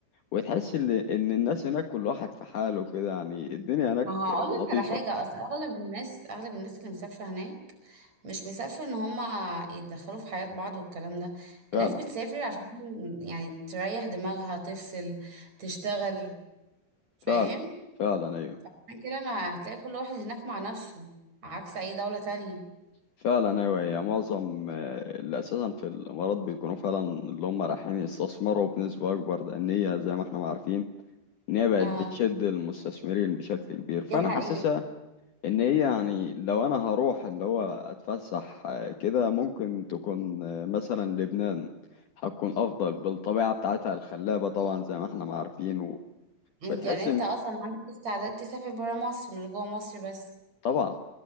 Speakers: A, on the left; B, on the right.
A: وتحس إن إن الناس هناك كل واحد في حاله كده يعني الدنيا هناك
B: ما هقول لك
A: لطيفة
B: على حاجة أصل أغلب الناس أغلب الناس اللي مسافرة هناك مش مسافرة إن هما يتدخلوا في حياة بعض والكلام ده
A: فعلا
B: الناس بتسافر عشان يعني تريح دماغها تفصل تشتغل فاهم
A: فعلا فعلا أيوه
B: عشان كده ما هتلاقي كل واحد هناك مع نفسه عكس أي دولة تانية
A: فعلا ايوه هي معظم آه، اللي اساسا في الامارات بيكونوا فعلا اللي هم رايحين يستثمروا بنسبه اكبر لان هي زي ما احنا ما عارفين ان هي بقت
B: اه
A: بتشد المستثمرين بشكل كبير فانا
B: دي حقيقة
A: حاسسها ان هي يعني لو انا هروح اللي هو اتفسح آه، كده ممكن تكون آه، مثلا لبنان هتكون افضل بالطبيعه بتاعتها الخلابه طبعا زي ما احنا ما عارفين
B: انت
A: وبتحس
B: يعني انت
A: ان
B: اصلا عندك استعداد تسافر برا مصر مش جوه مصر بس
A: طبعا